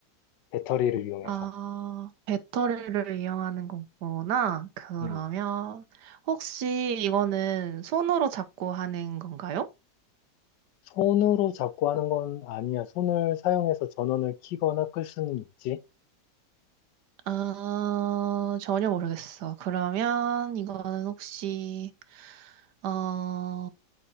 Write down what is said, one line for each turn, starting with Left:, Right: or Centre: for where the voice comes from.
Left: 배터리를 이용해서.
Right: 아, 배터리를 이용하는 거구나. 그러면,
Left: 음,
Right: 혹시 이거는 손으로 잡고 하는 건가요?
Left: 손으로 잡고 하는 건 아니야. 손을 사용해서 전원을 켜거나 끌 수는 있지.
Right: 아, 전혀 모르겠어. 그러면 이거는 혹시 어,